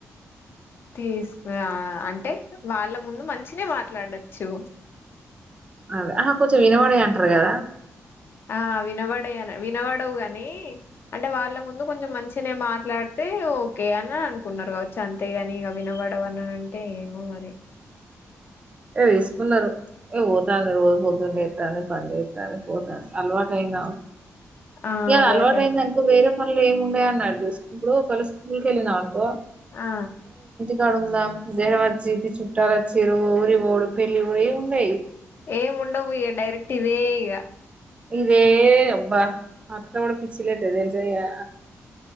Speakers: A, on the left; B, on the right.
A: తీసుకురా అంటే వాళ్ళ ముందు మంచినే మాట్లాడచ్చు
B: అదే ఆహ కొంచెం ఇనవడయంటరు కదరా
A: ఆ వినబడయి వినబడవు ని అంటే వాళ్ళ ముందు కొంచెం మంచిన మాట్లాడితే ఓకే అని అనుకున్నారు కావచ్చు అంతేగాని ఇక వినబడవు అన్న అంటే ఏమో మరి
B: ఏ తీసుకున్నారు ఇగ పోతాంనది రోజు పొద్దున్న్లేత్తాంది పని చేస్తాను పోతాను అలవాటయినా
A: ఆ
B: ఇగా
A: అలవాటయింది
B: అలవాట అయింద అనుకో వేరే మళ్లు ఏమిముండేయ అన్నాడు ఇప్పుడు ఒకవేళ స్కూల్కి వెళ్ళినా అనుకో
A: ఆ
B: కడుందాం దేర మర్జీ ఇ చుట్టాలచ్చీరు ఊరి గోడు పెళ్లిగోడు ఉండయి
A: ఏం ఉండవు ఇక డైరెక్ట్ ఇదే ఇగ
B: ఇదే అబ్బా అట్లా కూడా పిచ్చిలేదు తెలుసాయ్యా